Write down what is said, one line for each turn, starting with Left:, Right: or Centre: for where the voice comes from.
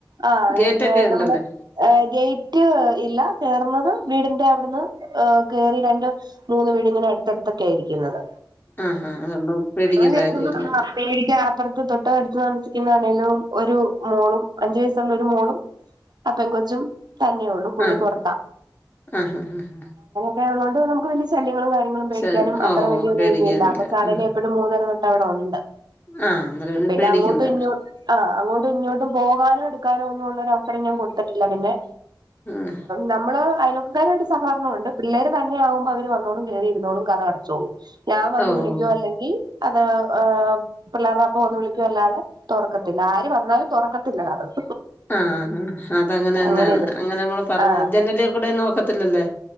Right: ആഹ്
Left: ഗേറ്റൊക്കെ
Right: എന്തേ
Left: ഉണ്ടല്ലേ
Right: നമ്മള് ഏഹ് ഗെയ്റ്റ് ഇല്ല കേറുന്നത് വീടിന്റെ അവിടുന്ന് കേറി രണ്ട് മൂന്ന് വീടിങ്ങനെ അടുത്തടുത്തൊക്കെ ഇരിക്കുന്നത്
Left: ആഹ് ആഹ് അതുകൊണ്ട് പേടിക്കേണ്ട
Right: അങ്ങനുണ്ട്ന്നോ
Left: കാര്യമില്ല
Right: ആഹ് പേടിക്ക അപ്പുറത്ത് തൊ ട്ടടുത്തു താമസിക്കുന്ന ആണേലും ഒരു മോളും അഞ്ചു വയസ്സുള്ള ഒരു മോളും ആ പെൺകൊച്ചും തന്നെ ഒള്ളു പുള്ളി
Left: ആഹ്
Right: പൊറത്താ
Left: ആഹ് ഹാ ഹാ
Right: കേരളോണ്ട് നമക്ക് വല്യേ ശല്യങ്ങളും കാര്യങ്ങളും പേടിക്കാനും
Left: ശെ
Right: അത്ര
Left: ഓഹ്
Right: വലിയൊതൊന്നുമില്ല
Left: പേടിക്കാനില്ല
Right: കൊച്ചാണേല്
Left: ആഹ്
Right: എപ്പഴും മൂന്നര തൊട്ടവിടെ ഉണ്ട്
Left: ആഹ് അന്നേരം
Right: പിന്നെ
Left: പേടിക്കണ്ട
Right: അങ്ങോട്ട് ഇങ്ങോ ആഹ് അങ്ങോട്ടും ഇങ്ങോട്ടും പോകാനോ എടുക്കാനോ ഒന്നും ഉള്ളരു അവസരം ഞാൻ കൊടുത്തിട്ടില്ല പിന്നെ
Left: ആഹ്
Right: നമ്മള് അയലോക്കക്കാരുയിട്ട് സഹകാരണം ഉണ്ട് പിള്ളേര് തന്നെ ആകുമ്പോ അവര് വന്നോളും കേറിയിരുന്നോളും കതകടച്ചോളൂ ഞാൻ വന്ന്
Left: ഓഹ്
Right: വിളിക്കു അല്ലെങ്കിൽ അത് അഹ് പിള്ളേരുടെ അപ്പ ഒന്നു വിളിക്കുവ അല്ലാതെ തോറക്കത്തില്ല ആര് വന്നാലും തോറക്കത്തില്ല കതക്
Left: ആഹ് ആഹ് അതങ്ങനെ
Right: അങ്ങനെയൊരു
Left: ന്നെയാണ് അങ്ങനെ നമ്മള് പറഞ്ഞ
Right: ആഹ്
Left: ജനലിയെ കൂടെ നോക്കത്തില്ലല്ലേ